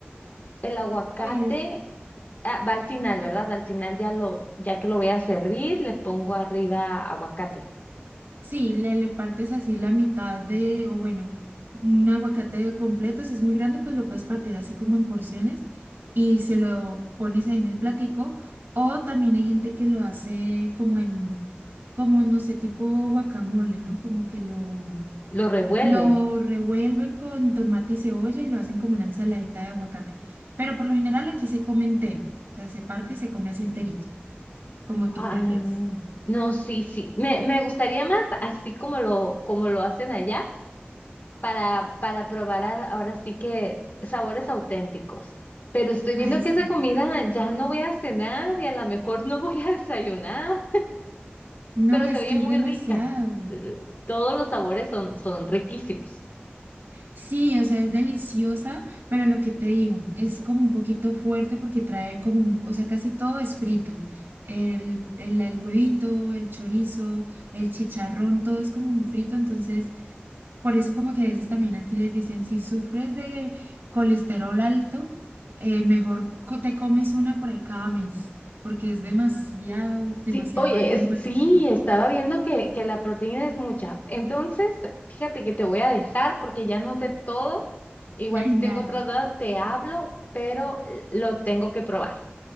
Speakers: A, on the left (about 50°); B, on the right (about 65°).
A: El aguacate,
B: Oye, es-
A: ah, va al final, ¿verdad? Al final ya lo, ya que lo voy a servir, le pongo arriba aguacate.
B: sí, le, le partes así la mitad de, o bueno, un aguacate completo, si es muy grande, pues lo puedes partir así como en porciones y se lo pones ahí en el platico. O también hay gente que lo hace como en, como no sé, tipo guacamole, ¿no? Como que lo,
A: Lo revuelve.
B: lo revuelven con tomate y cebolla y lo hacen como una ensaladita de aguacate. Pero por lo general aquí se come entero, o sea, se parte y se come así enterito, como tú
A: Ah,
B: prefieres.
A: no, sí, sí. Me, me gustaría más así como lo, como lo hacen allá para, para probar a- ahora sí que sabores auténticos. Pero estoy
B: Ay,
A: viendo
B: sí.
A: que esa comida ya no voy a cenar y a lo mejor <laughs> no voy a desayunar.
B: No,
A: pero
B: es
A: se oye
B: que
A: muy
B: es demasiado.
A: rica. Eh, Todos los sabores son, son riquísimos.
B: Sí, o sea, es deliciosa, pero lo que te digo, es como un poquito fuerte porque trae como, un- o sea, casi todo es frito. El, el, el huevito, el chorizo, el chicharrón, todo es como muy frito, entonces por eso como que a veces también aquí les dicen, si sufres de colesterol alto, eh, mejor co- te comes una por ahí cada mes, porque es demasiado, demasiado
A: Sí, oye,
B: alto
A: es-
B: en colesterol.
A: sí, estaba viendo que, que la proteína es mucha. Entonces, fíjate que te voy a dejar porque ya noté todo. Igual
B: <laughs>
A: si tengo
B: Dale.
A: otra duda, te hablo, pero eh, lo tengo que probar.